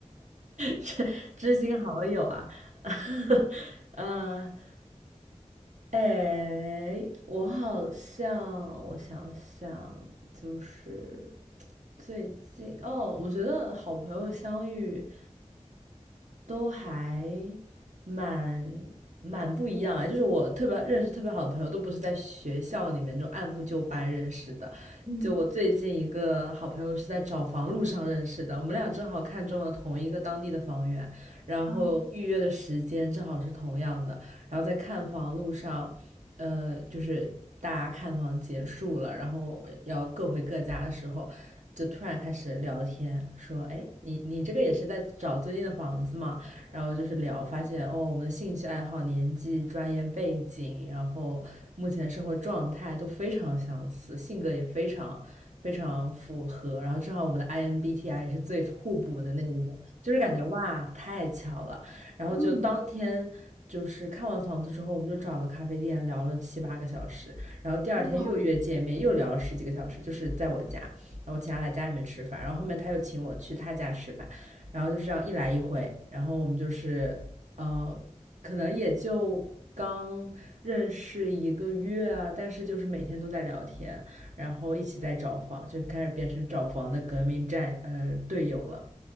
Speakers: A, on the right (about 70°); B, on the right (about 30°).
A: 知知心好友啊，
B: 嗯
A: <laughs> 嗯、哎，我好像，我想想，就是最近哦，我觉得好朋友相遇都还蛮蛮不一样啊，就是我特别认识特别好的朋友，都不是在学校里面那种按部就班认识的。
B: 嗯，
A: 就我最近一个好朋友是在找房路上认识的，我们俩正好看中了同一个当地的房源，然后预约的时间正好是同样的，
B: 好，
A: 然后在看房路上。呃，就是大家看房结束了，然后要各回各家的时候，就突然开始聊天，说，哎，你你这个也是在找最近的房子吗？然后就是聊，发现哦，我们的兴趣爱好、年纪、专业背景，然后目前生活状态都非常相似，性格也非常。非常符合，然后正好我们的 INBTI 也是最互补的那一种，就是感觉哇，太巧了。然后就当天就是看完房子之后，
B: 嗯，
A: 我们就找个咖啡店聊了七八个小时，然后第二天又约见面，
B: 哇。
A: 又聊了十几个小时，就是在我家，然后请他来家里面吃饭，然后后面他又请我去他家吃饭，然后就这样一来一回，然后我们就是呃，可能也就刚认识一个月啊，但是就是每天都在聊天，然后一起在找房，就开始变成找房的革命战呃队友了。